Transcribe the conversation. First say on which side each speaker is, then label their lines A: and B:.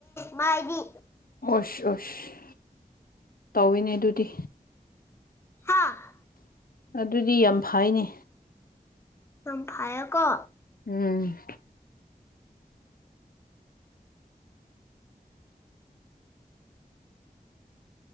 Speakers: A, on the left (about 15°); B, on the left (about 70°).
A: ꯃꯥꯒꯤ
B: ꯑꯣꯁ ꯑꯣꯁ ꯇꯧꯏꯤꯅꯦ ꯑꯗꯨꯗꯤ
A: ꯍꯥꯥ
B: ꯑꯗꯨꯗꯤ ꯌꯥꯝ ꯐꯩꯅꯦ
A: ꯆꯝꯐꯥꯏ ꯀ
B: ꯎꯝ
A: <inaudible>